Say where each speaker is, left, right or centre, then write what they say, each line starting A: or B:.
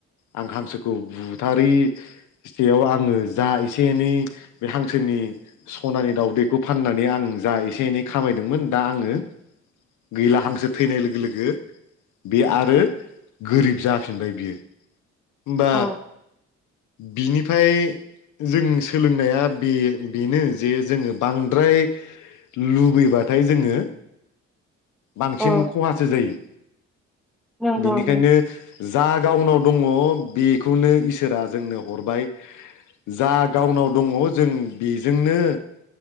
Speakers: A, on the left; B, in the centre.
A: आं हांसोखौ बुथारैसेयाव आङो जा एसे एनै बे हांसोनि सनानि दावदैखौ फाननानै आं जा एसे एनै खामायदोंमोन दा आङो गैला हांसो थैनाय लोगो लोगो बे आरो गोरिब जाफिनबाय बियो होमबा
B: औ
A: बिनिफ्राय जों सोलोंनाया बे बेनो जे जोङो बांद्राय लुबै योबाथाय जोङो। बांसिन
B: औ
A: खहासो जायो
B: नंगौ
A: बिनिखायनो जा गावनाव दङ बेखौनो इसोरा जोंनो हरबाय। जा गावनाव दङ जों बेजोंनो